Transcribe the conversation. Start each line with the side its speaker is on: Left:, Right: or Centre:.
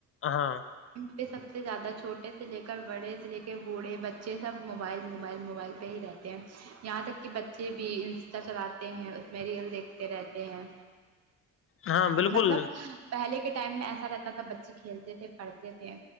Left: آ ہاں
Right: پے سب سے زیادہ چھوٹے سے لے کر بڑے سے لے کے بوڑے بچے سب موبائل موبائل موبائل پے ہی رہتے ہیں یہاں تک کہ بچے بھی انسٹا چلاتے ہیں میں ریل دیکھتے رہتے ہیں
Left: ہاں بالکل
Right: مطلب پہلے کے ٹائم میں ایسا رہتا تھا بچے کھیلتے تھے پڑھتے تھے